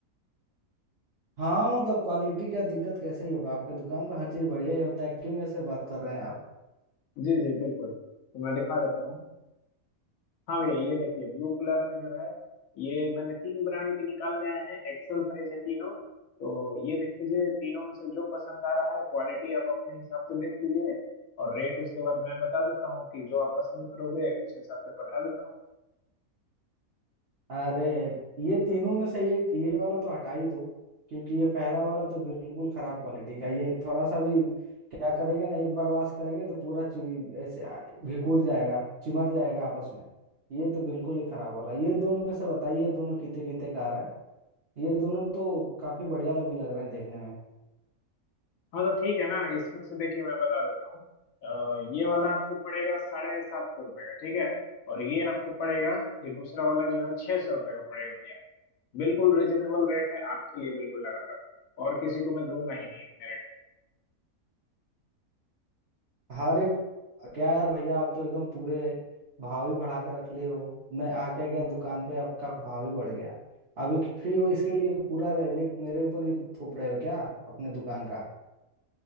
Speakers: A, on the right; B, on the left.
A: हाँ मतलब क्वालिटी का दिक्कत कैसे ही होगा आपके दुकान पर हर चीज बढ़िया ही होता है क्यों ऐसे बात कर रहे हैं आप
B: जी जी बिल्कुल तो मैं दिखा देता हूँ हाँ भैया ये देखिए ब्लू कलर में जो है ये मैंने तीन ब्रांड के निकाल लाए हैं एक्सेल साइज है तीनों तो ये देख लीजिए तीनों में से जो पसंद आ रहा है क्वालिटी आप अपने हिसाब से देख लीजिए और रेट उसके बाद मैं बता देता हूँ कि जो आप पसंद करोगे उस हिसाब से बता देता हूँ
A: अरे ये तीनों में से एक ये वाला तो हटा ही दो क्योंकि ये पहला वाला तो बिल्कुल खराब क्वालिटी का ये थोड़ा सा भी क्या करेंगे ना एक बार वॉश करेंगे तो पूरा ची, ऐसे आ- घिकुर जाएगा चिमर जाएगा आपस में ये तो बिल्कुल ही खराब वाला ये दोनों में से बताइए ये दोनों कितने कितने का आ रहा है ये दोनों तो काफी बढ़िया लग भी लग रहे हैं देखने में
B: हाँ तो ठीक है ना इसमें से देखिए मैं बता देता हूँ अ, ये वाला आपको पड़ेगा साढ़े सात सौ रुपये का ठीक है और ये आपको पड़ेगा ये दूसरा वाला जो है छह सौ रुपये का पड़ेगा भैया बिल्कुल रिजनेबल रेट है आपके लिए बिल्कुल लगा रहा हूँ और किसी को मैं दूंगा ही नहीं इतने
A: हर एक क्या यार भैया आप तो एकदम पूरे भाव ही बढ़ा कर रख लिए हो मैं आ क्या गया दुकान पे आपका भाव ही बढ़ गया अभी फ्री हो इसके लिए पूरा रेट मेरे ऊपर ही थोप रहे हो क्या अपने दुकान का